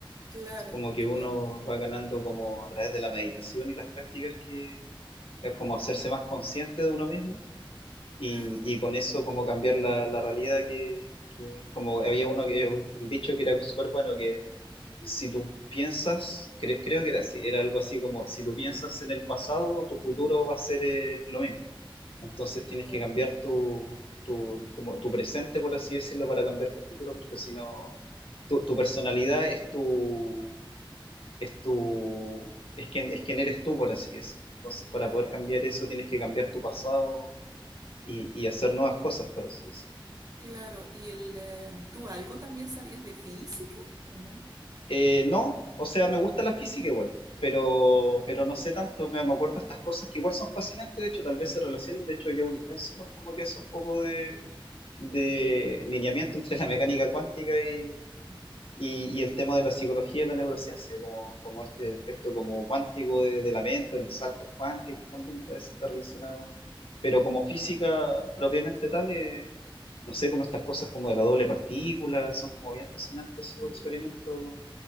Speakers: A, on the right; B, on the left.
A: claro,
B: Es Como que uno
A: claro,
B: va ganando como a través de la meditación y las prácticas que es como hacerse más consciente de uno mismo y,
A: claro, tú,
B: y con eso como cambiar la, la realidad que, que como había uno que un dicho que era súper bueno que si tú piensas, cre- creo que era así, era algo así como, si tú piensas en el pasado, tu futuro va a ser eh, lo mismo. Entonces tienes
A: claro,
B: que cambiar tu, tu, como tu presente, por así decirlo, para cambiar tu futuro, porque si no, tu, tu personalidad es tu, es tu, es quien, es quien eres tú, por así decirlo. Entonces,
A: claro,
B: para poder cambiar eso, tienes que cambiar tu pasado y, y hacer nuevas cosas, por así decirlo.
A: claro. ¿Y el, eh, tú algo también sabías de física o no?
B: Eh, no, o sea, me gusta la física igual, pero, pero no sé tanto, me, me acuerdo de estas cosas que igual son fascinantes, de hecho, tal vez se relacionan, de hecho, Joe Dispenza igual como que hace un poco de, de lineamiento entre la mecánica cuántica y,
A: No.
B: y, y el tema de la psicología y la neurociencia, como, como este aspecto como cuántico de, de la mente, o los saltos cuánticos también a veces está relacionado. Pero como física propiamente tal, eh, no sé, como estas cosas como de la doble partícula, son como bien fascinantes esos
A: Mm,
B: experimentos,